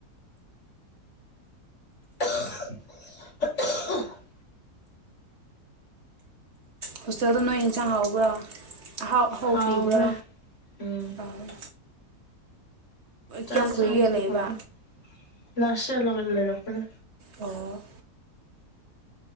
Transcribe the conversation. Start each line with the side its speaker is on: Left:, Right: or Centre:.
Left: ꯂꯧꯁꯤꯟꯕ ꯉꯝꯗꯕ
Right: ꯍꯣꯁꯇꯦꯜꯗ ꯅꯣꯏ ꯏꯟꯁꯥꯡ ꯍꯥꯎꯕ꯭ꯔꯥ ꯑꯍꯥꯎ ꯑꯍꯥꯎꯕ
Left: ꯍꯥꯎꯋꯦ
Right: ꯄꯤꯕ꯭ꯔꯥ
Left: ꯎꯝ
Right: ꯑꯥ
Left: ꯆꯥꯛ
Right: ꯀꯌꯥꯝ
Left: ꯏꯟꯁꯥꯡꯕꯨꯗꯤ
Right: ꯀꯨꯏꯒꯦ ꯂꯩꯕ
Left: ꯍꯥꯎꯏ ꯂꯥꯁ ꯏꯌꯔ ꯗꯒꯤ ꯂꯩꯔꯛꯄꯅꯦ
Right: ꯑꯣ